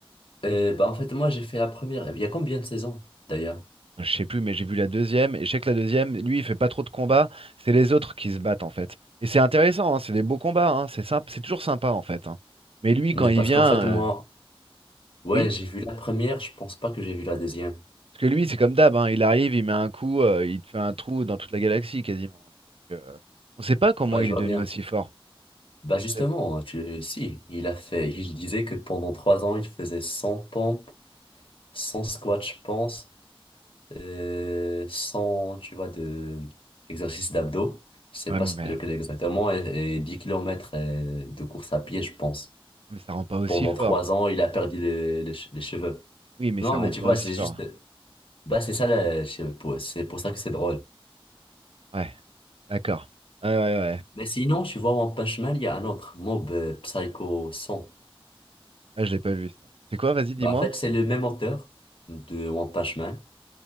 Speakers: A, on the left; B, on the right.
A: Euh, bah, en fait, moi, j'ai fait la première. Il y a combien de saisons, d'ailleurs?
B: Je sais plus, mais j'ai vu la deuxième, et je sais que la deuxième, lui, il fait pas trop de combats, c'est les autres qui se battent en fait. Et c'est intéressant, hein, c'est des beaux combats, hein, c'est sympa, c'est toujours sympa en fait. hein. Mais lui,
A: Mais
B: quand il
A: parce
B: vient,
A: qu'en fait,
B: euh,
A: moi, ouais,
B: oui,
A: j'ai vu la première, je pense pas que j'ai vu la deuxième.
B: parce que lui, c'est comme d'hab, hein, il arrive, il met un coup, euh, il te fait un trou dans toute la galaxie quasiment. Donc, euh, on sait pas comment
A: Ouais,
B: il
A: je vois
B: est devenu
A: bien.
B: aussi fort.
A: Bah, justement,
B: On sait-
A: tu... si, il a fait, il disait que pendant trois ans, il faisait 100 pompes, 100 squats, je pense, euh, 100, tu vois, de exercices d'abdos. Je sais
B: Ouais,
A: pas
B: mais...
A: c'était lequel exactement, et, et dix kilomètres km de course à pied, je pense.
B: mais ça rend pas aussi
A: Pendant
B: fort.
A: trois ans, il a perdu les, les che- les cheveux.
B: Oui, mais
A: Non,
B: ça rend
A: mais tu
B: pas
A: vois,
B: aussi
A: c'est
B: fort.
A: juste. Bah, c'est ça, là, je sais pas, c'est pour ça que c'est drôle.
B: Ouais, d'accord. Ouais, ouais, ouais.
A: Mais
B: ouais.
A: sinon, tu vois, One Punch Man, il y a un autre, Mob euh, Psycho 100.
B: Ah, je l'ai pas vu ça. C'est quoi, vas-y, dis-moi.
A: Bah, en fait, c'est le même auteur de One Punch Man.